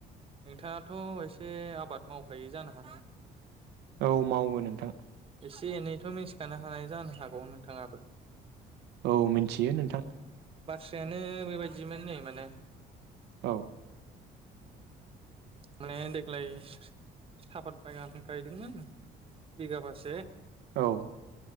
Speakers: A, on the right; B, on the right.
A: नोंथाङाथ' एसे आबाद मावखायै जानो हागौ।
B: औ मावो नोंथां।
A: <unintelligible> एनैथ' मिथिखानो हानाय जानो हागौ नोंथाङाबो।
B: औ मिथियो नोंथां।
A: बाथ्रायानो बेबायदिमोन नै माने
B: औ।
A: माने देग्लाय साफत बागान गायदोंमोन बिगाबासे
B: औ